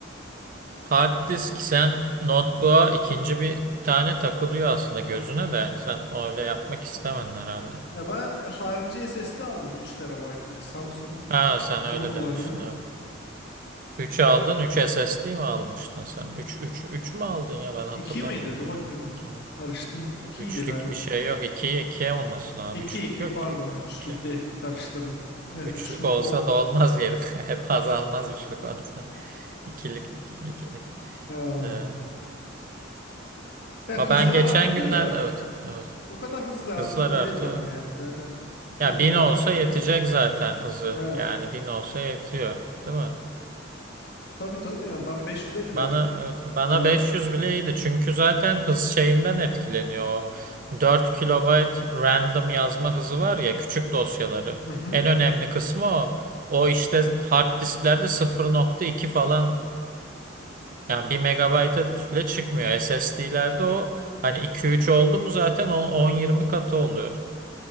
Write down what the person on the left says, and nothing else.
Ya ben harici SSD aldım 3 terabaytlık Samsung.
Onu kullanıyorum.
Ya,
2 miydi? Dur
bakayım.
Karıştım. 2'ydi
galiba.
iki
2
pardon
üçlük
değil karıştırdım. Evet
üçlük
olmuyor.
Ha.
Ya,
hızlar
artıyor
da
o kadar hız lazım
da
değil bana yani zaten
depolama
daha çok
lazım.
Evet.
Tabii tabii yani ben 500'e bile
yani.
Ee, hı
hı.